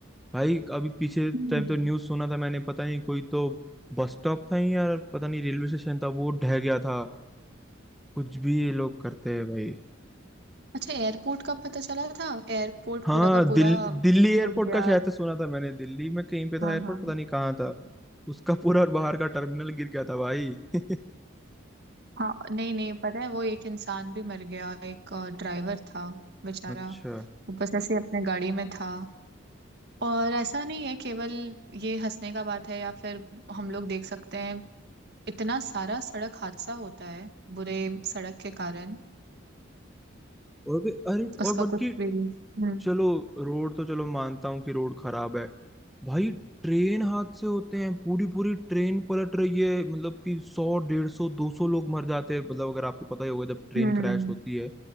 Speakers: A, in the centre; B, on the right.
A: भाई अभी पीछे
B: हम्म।
A: टाइम तो न्यूज़ सुना था मैंने पता नहीं कोई तो बस स्टॉप था ही यार पता नहीं रेलवे स्टेशन था वो ढह गया था कुछ भी ये लोग करते हैं भाई
B: अच्छा एयरपोर्ट का पता चला था एयरपोर्ट
A: हाँ
B: पूरा का पूरा
A: दिल, दिल्ली
B: टूट
A: एयरपोर्ट
B: गया
A: का शायद से सुना था मैंने दिल्ली में कहीं पे था
B: हाँ
A: एयरपोर्ट
B: हाँ
A: पता नहीं कहाँ था उसका पूरा और बाहर का टर्मिनल गिर गया था भाई <laughs>
B: हाँ नहीं नहीं पता है वो एक इंसान भी मर गया एक ड्राइवर था बेचारा
A: अच्छा
B: वो बस ऐसे ही अपने गाड़ी में था और ऐसा नहीं है केवल ये हंसने का बात है या फिर हम लोग देख सकते हैं इतना सारा सड़क हादसा होता है बुरे सड़क के कारण
A: और भी अरे
B: उसका
A: और बल्कि
B: कुछ भी नहीं हम्म
A: चलो रोड तो चलो मानता हूँ कि रोड खराब है भाई ट्रेन हादसे होते हैं पूरी पूरी ट्रेन पलट रही है मतलब कि सौ डेढ़ सौ दो सौ लोग मर जाते हैं मतलब अगर आपको पता ही होगा जब ट्रेन
B: हम्म
A: क्रैश होती है